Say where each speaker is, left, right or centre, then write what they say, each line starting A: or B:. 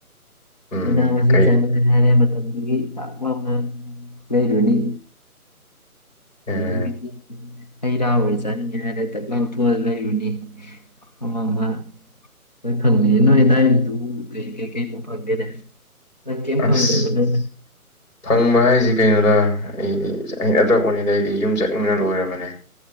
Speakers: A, on the left (about 55°); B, on the left (about 30°).
A: ꯎꯝ
B: ꯃꯅꯥ ꯃꯁꯤꯡ
A: ꯀꯩ
B: ꯆꯥꯟꯅꯗꯅꯤ ꯍꯥꯏꯔꯦ ꯃꯇꯝꯗꯨꯒꯤ ꯇꯥꯛꯂꯝ ꯂꯩꯔ ꯔꯅꯤ
A: ꯑꯦ
B: ꯑꯗꯒꯤꯗꯤ ꯑꯩꯔꯥ ꯍꯔꯦ ꯆꯥꯅꯤꯡꯉꯦ ꯍꯥꯏꯔꯦ ꯗꯛ ꯂꯥꯎꯊꯣꯛꯑ ꯂꯩꯔꯨꯅꯤ ꯑꯃ ꯑꯃ ꯍꯣꯏ ꯐꯪꯉ ꯅꯣꯏ ꯑꯦꯗꯥꯏꯗꯨ ꯀ ꯀꯩ ꯀꯩꯅꯣ ꯐꯪꯒꯦꯅꯦ ꯅꯪ ꯀꯩꯝ
A: ꯑꯁ
B: ꯐꯪꯗ꯭ꯔꯕ ꯅꯪ
A: ꯐꯪꯕ ꯍꯥꯏꯁꯤ ꯀꯩꯅꯣꯗ ꯑꯩꯗꯤ ꯑ ꯅꯠꯇ꯭ꯔꯄꯅꯤꯗ ꯑꯩꯗꯤ ꯌꯨꯝ ꯆꯠꯅꯤꯡꯕꯅ ꯂꯣꯏꯔꯕꯅꯦ